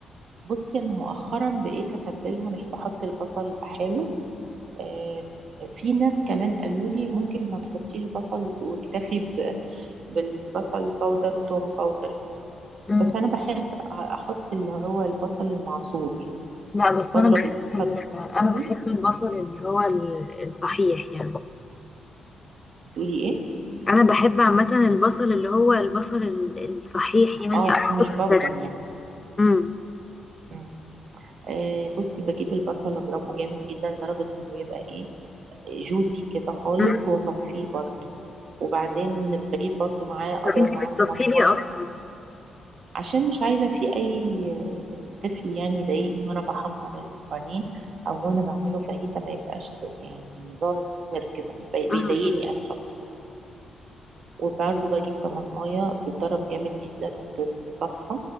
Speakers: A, on the right; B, on the left.
A: بصي انا مؤخرا بقيت اتبلها مش بحط البصل بحاله آه، في ناس كمان قالوا لي ممكن ما تحطيش بصل واكتفي ب... بالبصل باودر وتوم باودر يعني
B: مم.
A: بس انا بحب أ- احط اللي هو البصل المعصور يعني
B: لا بس
A: بضرب
B: انا بحب
A: البصل
B: ال- انا
A: قوي
B: بحب البصل اللي هو ال- الصحيح يعني
A: بتقولي ايه
B: انا بحب عامه البصل اللي هو البصل ال- الصحيح يعني
A: اه
B: احطه
A: مش
B: في التتبيله
A: باودر يعني
B: امم
A: مم. آه بصي بجيب البصل اضربه جامد جدا لدرجة انه يبقى ايه جوسي كده خالص
B: أمم.
A: واصفيه برضه وبعدين بجيب برضه معاه
B: طب
A: اضرب
B: انتي
A: معاه
B: بتصفي
A: طماطمايه
B: لي اصلا
A: عشان مش عايزه فيه اي طفل يعني يضايقني وانا بحمر البانيه او وانا بعمله فاهيتا ما يبقاش يعني ظاهر كده مش بي- بيضايقني
B: أمم،
A: انا شخصيا وبرضه بجيب طماطمايه تتضرب جامد جدا وتتصفى